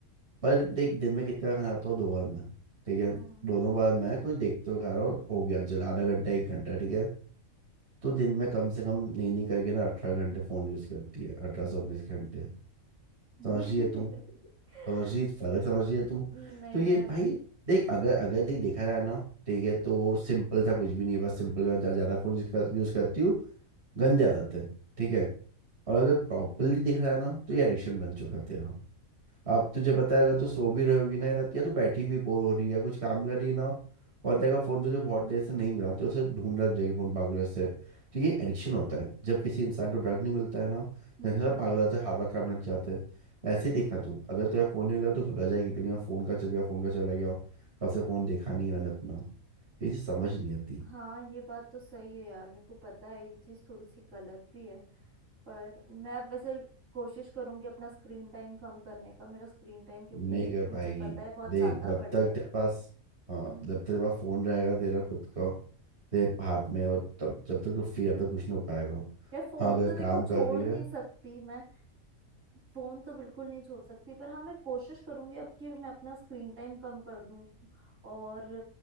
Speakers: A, on the right (about 50°); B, on the right (about 70°).
A: पर देख दिन में कितना खाना खाता हूँ दो बार मैं ठीक है
B: हम्म
A: दोनों बार मैं कुछ देखते हुए खा रहा हूँ हो गया चल आधा घंटा एक घंटा ठीक है तो दिन में कम से कम नहीं नहीं करके ना अठारह घंटे फ़ोन यूज़ करती है अठारह से उन्नीस घंटे
B: <laughs>
A: समझ रही है तू समझ रही फर्क समझ रही है तू
B: नहीं
A: तो ये
B: यार
A: भाई देख अगर
B: हम्म
A: अगर देख देखा जाए ना ठीक है तो सिंपल सा कुछ भी नहीं है बस सिंपल मैं ज़्यादा फ़ोन यूज़ करती हूँ गंदे आदत है ठीक है और अगर प्रॉपरली देखा जाए ना तो ये एडिक्शन बन चुका है तेरा अब तुझे पता है अगर तू सो भी रहोगी ना या या तू बैठी भी बोर हो रही है या कुछ काम कर रही है ना और देखा फोन तुझे बहुत देर से नहीं मिला तो उसे ढूंढ रख जाएगी फोन पागलों से तो ये एडिक्शन होता है जब किसी इंसान को ड्रग नहीं मिलता है ना
B: हम्म
A: तो इंसान पागल होता है हर वक्त काम लग जाते हैं वैसे ही देखना तू अगर तुझे फोन नहीं मिला तो घबरा जाएगी लेकिन फोन का चल गया फोन का चला गया कब से फोन देखा नहीं है मैंने अपना ये चीज़ समझ नहीं आती
B: हाँ ये बात तो सही है यार मेरे को पता है ये चीज थोड़ी सी गलत भी है पर मैं अब वैसे कोशिश करूंगी अपना स्क्रीन टाइम कम करने का मेरा स्क्रीन टाइम क्योंकि
A: नहीं कर
B: मुझे
A: पाएगी
B: पता है बहुत
A: देख
B: ज्यादा
A: जब
B: बढ़
A: तक
B: गया है
A: तेरे पास हाँ
B: हम्म हम्म।
A: जब तक तेरे पास फोन रहेगा तेरा खुद का तेरे हाथ में और तब जब तक तू फ्री जब तक कुछ नहीं हो पाएगा
B: यार फोन
A: हाँ अगर
B: तो देखो
A: काम
B: छोड़
A: कर रही
B: नहीं
A: है
B: सकती मैं फोन तो बिल्कुल नहीं छोड़ सकती पर हाँ मैं कोशिश करूंगी अब कि मैं अपना स्क्रीन टाइम कम कर दूं और